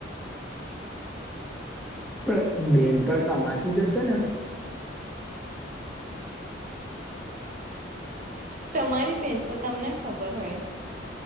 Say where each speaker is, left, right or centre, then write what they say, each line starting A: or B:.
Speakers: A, in the centre; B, on the right (about 45°).
A: પણ બેન પણ કમાતી જ હશે ને?
B: તમારી બેન તો તમને ખબર હોય.